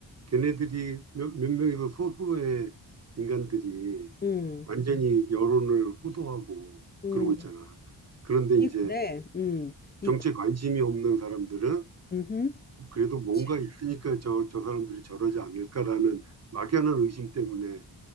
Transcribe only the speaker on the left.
음.
음.
이 근데 음. 이
음.
그렇지.